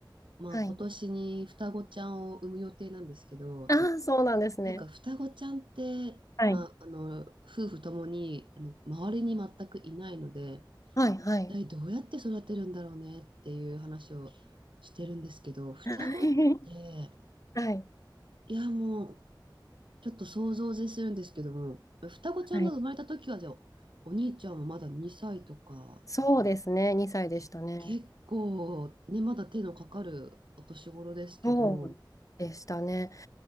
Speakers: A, on the right; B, on the left.
A: あ、まあ、
B: はい。
A: 今年に双子ちゃんを産む予定なんですけど、
B: ああ、そうなんですね。
A: なんか双子ちゃんって、
B: はい。
A: まあ、あの、夫婦ともに、あの、周りに全くいないので、
B: はい。はい。
A: 一体どうやって育てるんだろうねっていう話をしてるんですけど、双子って、
B: <laughs> はい。
A: いや、もう、ちょっと想像を絶するんですけども、双子ちゃんが生まれた時は、
B: はい。
A: じゃあ、お兄ちゃんもまだ2歳とか、
B: そうですね。2歳でしたね。
A: ね、結構、ね、まだ手のかかるお年頃ですけど、
B: そうでしたね。